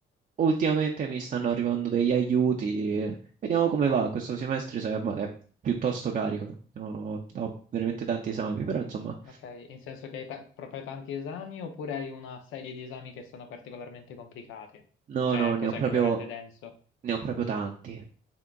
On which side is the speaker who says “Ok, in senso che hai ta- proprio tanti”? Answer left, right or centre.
Left